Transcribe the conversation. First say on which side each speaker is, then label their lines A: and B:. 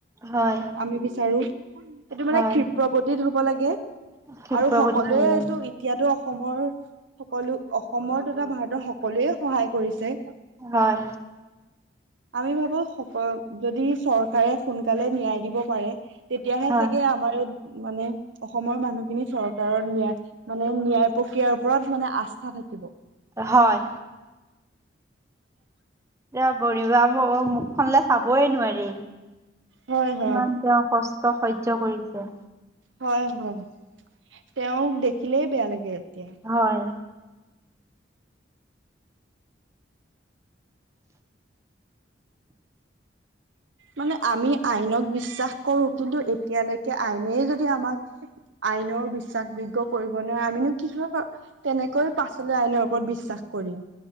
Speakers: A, on the right; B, on the right.
A: হয়,
B: আমি বিচাৰোঁ। এইটো মানে
A: হয়
B: ক্ষীপ্ৰ গতিত হ'ব লাগে।
A: ক্ষিপ্ৰ
B: আৰু সকলোৱেটো
A: গতিত হ'ব লাগে।
B: এতিয়াতো অসমৰ সকলো অসমৰ তথা ভাৰতৰ সকলোৱে সহায় কৰিছে।
A: হয়,
B: আমি ভাবোঁ সকল যদি চৰকাৰে সোনকালে ন্যায় দিব পাৰে। তেতিয়াহে
A: হয়,
B: চাগে আমাৰ এই মানে অসমৰ মানুহখিনি চৰকাৰৰ ন্যায় মানে ন্যায় প্ৰক্ৰিয়াৰ ওপৰত মানে আস্থা থাকিব।
A: হয়। এতিয়া গৰিমা বৌ মুখখনলে চাবই নোৱাৰি,
B: হয় হয়
A: কিমান তেওঁ কষ্ট সহ্য কৰিছে।
B: হয়, হয়, তেওঁক দেখিলেই বেয়া লাগে এতিয়া।
A: হয়।
B: মানে আমি আইনক বিশ্বাস কৰোঁ। কিন্তু এতিয়ালৈকে আইনেই যদি আমাক আইনৰ বিশ্বাস যোগ্যক কৰিব নোৱাৰে। আমিনো কিহৰ তেনেকৈ পাছলৈ আইনৰ ওপৰত বিশ্বাস কৰিম।